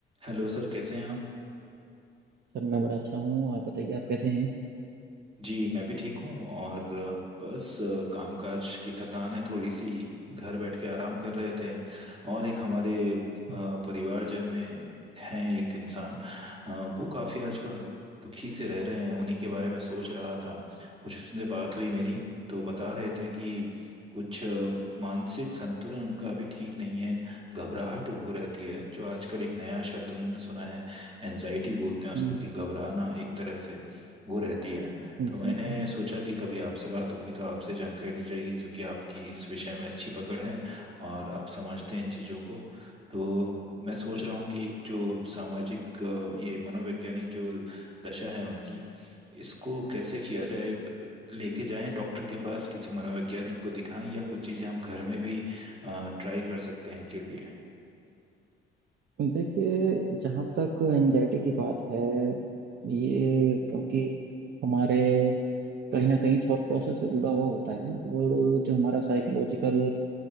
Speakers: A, on the right (about 25°); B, on the right (about 55°).
A: Hello sir कैसे हैं आप
B: Sir मैं बड़ा अच्छा हूँ आप बताइए आप कैसे हैं
A: जी मैं भी ठीक हूँ और अ, बस अ, कामकाज की थकान है थोड़ी सी घर बैठ के आराम कर रहे थे और एक हमारे अ,
B: हाँ,
A: परिवारजन में हैं एक इंसान अ, वो काफ़ी आजकल दुखी से रह रहे हैं उन्हीं के बारे में सोच रहा था कुछ उससे बात हुई मेरी तो बता रहे थे कि कुछ अ, मानसिक संतुलन उनका अभी ठीक नहीं है घबराहट उनको रहती है जो आजकल एक नया शब्द उन्होंने सुना है एनजाइटी बोलते हैं उसको
B: हम्म,
A: कि घबराना एक तरह से वो रहती है तो
B: जी
A: मैंने
B: जी
A: सोचा कि कभी आपसे बात होगी तो आपसे जानकारी ली जाएगी क्योंकि आपकी इस विषय में अच्छी पकड़ है और आप समझते हैं इन चीज़ों को तो मैं सोच रहा हूँ कि एक जो सामाजिक अ, ये मनोवैज्ञानिक जो दशा है उनकी इसको कैसे किया जाए लेके जाएं डॉक्टर के पास किसी मनोवैज्ञानिक को दिखाएं या कुछ चीज़ें हम घर में भी ट्राई कर सकते हैं इनके लिए
B: देखिए जहाँ तक एंजाइटी की बात है ये क्योंकि हमारे कहीं ना कहीं थॉट प्रोसेस से जुड़ा हुआ होता है और जो हमारा साइकोलॉजिकल